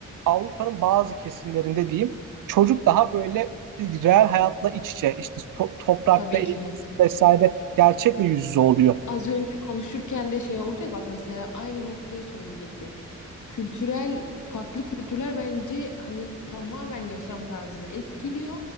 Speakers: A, on the right; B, on the left.
A: Avrupa'nın bazı kesimlerinde diyeyim çocuk daha böyle reel hayatla iç içe işte to- toprakta
B: Tabii
A: eğitim
B: ki.
A: vesaire gerçekle yüz yüze oluyor.
B: Az önce konuşurken de şey oldu ya bak mesela aynı noktayı söyleyecektim. Kültürel, farklı kültürler bence hani tamamen yaşam tarzını etkiliyor.